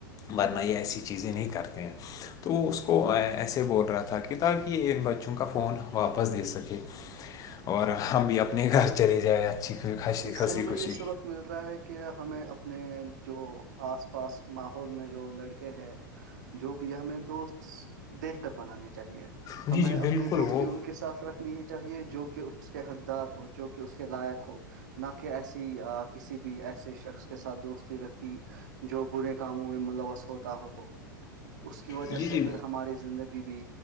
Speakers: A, on the left (about 30°); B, on the right (about 60°).
A: ورنہ یہ ایسی چیزیں نہیں کرتے ہیں تو وہ اس کو ایسے بول رہا تھا کہ تاکہ یہ ان بچوں کا فون واپس دے سکے اور ہم بھی اپنے گھر چلے جائیں اچھی خسی
B: اس
A: خنسی
B: سے ہمیں
A: خوشی
B: یہ سبق مل رہا ہے کہ ہمیں اپنے جو آس پاس ماحول میں جو لڑکے ہے جو بھی ہے ہمیں دوست دیکھ کر بنانے چاہیے
A: جی
B: ہمیں
A: جی
B: اپنی
A: بالکل
B: دوستی
A: وہ
B: ان کے ساتھ رکھنی ہی چاہیے جو کہ اس کے حقدار ہو جو کہ اس کے لائق ہو نہ کہ ایسی کسی بھی ایسے شخص کے ساتھ دوستی رکھی جو برے کاموں میں ملوث ہوتا ہو اس کی وجہ
A: جی
B: سے
A: جی
B: پھر ہماری زندگی بھی